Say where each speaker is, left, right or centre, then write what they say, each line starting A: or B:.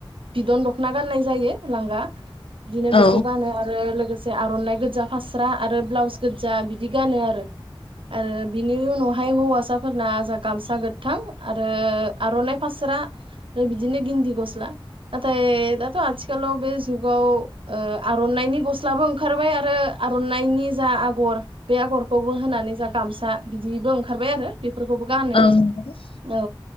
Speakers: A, on the right (about 70°); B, on the left (about 80°).
A: बिदन दख'ना गाननाय जायो लांगा बिदिनो बेखौ
B: औ
A: गानो आरो लोगो से आर'नाइ गोजा फास्रा आरो ब्लाउस गोजा बिदि गानो आरो। आरो बिनि उनावहाय हौवासाफोरना जा गामसा गोथां आरो आर'नाइ फा स्रा बिदिनो गिन्दि गस्ला नाथाय दाथ' आथिखालाव बे जुगाव ओ आर'नाइनि गस्लाबो ओंखारबाय आरो आर'नाइनि जा आगर बे आगरखौबो होनानै जा गामसा बिदिबो ओंखारबाय आरो। बेफोरखौबो गानो
B: औ नंगौ
A: औ